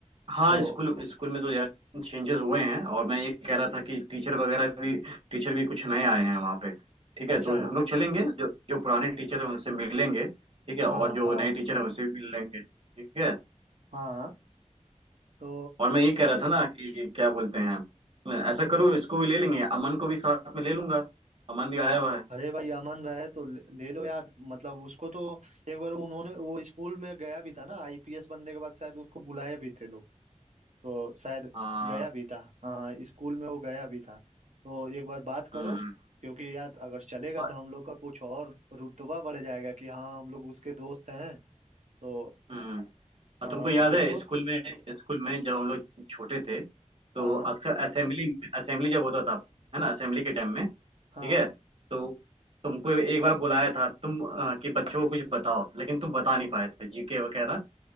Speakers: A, on the right; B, on the right.
A: हाँ
B: तो
A: स्कूल स्कूल में तो यार चेंजेस हुए हैं और मैं ये कह रहा था कि टीचर वगैरह भी टीचर भी कुछ नए आए हैं वहाँ पे ठीक
B: अच्छा
A: है तो हम लोग चलेंगे जो जो पुराने टीचर हैं उनसे मिलेंगे ठीक है और
B: हाँ
A: जो
B: हाँ
A: नए टीचर हैं उनसे भी मिल लेंगे ठीक है
B: हाँ तो
A: और मैं ये कह रहा था ना कि क्या बोलते हैं ऐसा करो इसको भी ले लेंगे अमन को भी साथ में ले लूंगा अमन भी आया
B: हाँ,
A: हुआ है
B: अरे भाई अमन रहे तो ले, ले लो यार मतलब उसको तो एक बार उन्होंने वो स्कूल में गया भी था ना आईपीएस बनने के बाद शायद उसको बुलाए भी थे लोग तो शायद
A: हाँ
B: गया भी था हाँ हाँ स्कूल में वो गया भी था तो एक बार बात करो
A: हम्म
B: क्योंकि यार अगर चलेगा
A: और-
B: तो हम लोग का कुछ और रुतबा बढ़ जाएगा कि हाँ हम लोग उसके दोस्त हैं तो
A: हम्म और
B: हाँ
A: तुमको याद
B: तो देखो
A: है स्कूल में स्कूल में जब हम लोग छोटे थे तो
B: हाँ
A: अक्सर असेंबली असेंबली जब होता था है ना असेंबली के टाइम में ठीक
B: हाँ
A: है तो तुमको एक बार बुलाया था तुम अ, कि बच्चों को कुछ बताओ लेकिन तुम बता नहीं पाए थे जीके वगैरह